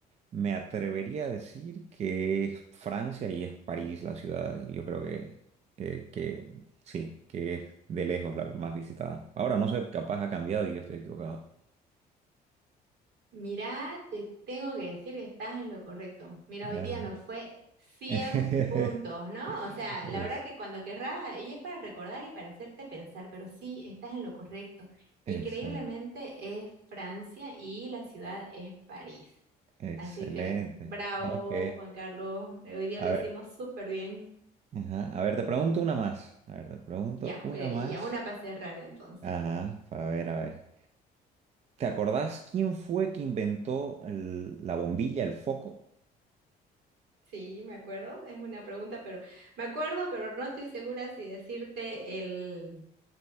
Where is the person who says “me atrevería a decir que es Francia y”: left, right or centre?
Right